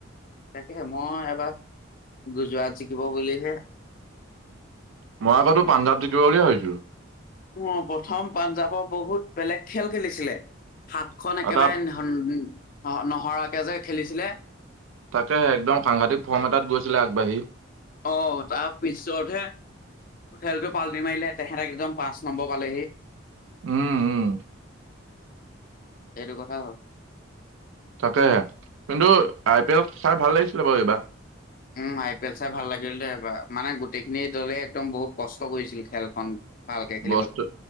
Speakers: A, on the left; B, on the right.
A: তাকে মই এবাৰ গুজৰাট জিকিব বুলিহে
B: মই আকৌটো পাঞ্জব জিকিব বুলি ভাবিছিলো।
A: অ', প্ৰথম পাঞ্জাৱৰ বহুত বেলেগ খেল খেলিছিলে সাত খন একেবাৰে
B: এটা
A: নহৰাকে যে খেলিছিলে।
B: তাকে একদম সাংঘাতিক ফৰ্ম এটাত গৈছিলে আগবাঢ়ি।
A: অ', তাৰ পিছতহে। খেলটো পালটি মাৰিলে তেহেতেক একদম পাঁচ নম্বৰ পালেহি।
B: উম, উম।
A: এইটো কথা হ'ল।
B: তাকে কিন্তু আই পি এল চাই ভাল লাগিছিলে বাৰু এইবাৰ।
A: উম, আই পি এল চাই ভাল লাগিল দে এইবাৰ মানে গোটেইখিনি দলে একদম বহুত কষ্ট কৰিছিল খেলখন। ভালকে খেলিবলৈ
B: বস্তু